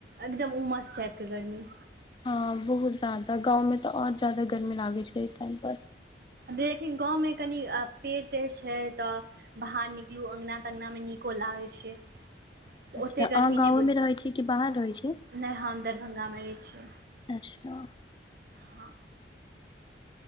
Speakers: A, on the right; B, on the left.
A: एकदम उमस टाइप के गर्मी।
B: हँ बहुत जदा, गाँव में तऽ आओर ज्यदा गर्मी लागे छै एहि टाइम पर।
A: देखिन गाँवमें कनि पेड़-तेड़ छै तऽ। बाहर निकलू अंगना-तंगना में नीको लागै छै। तऽ
B: अच्छा,
A: ओतेक
B: अहाँ
A: गर्मी
B: गाँवेमें
A: नहि बुझ
B: रहै छी कि बाहर रहै छी।
A: नहि हम दरभङ्गामे रहै छीयै।
B: अच्छा।
A: हँ।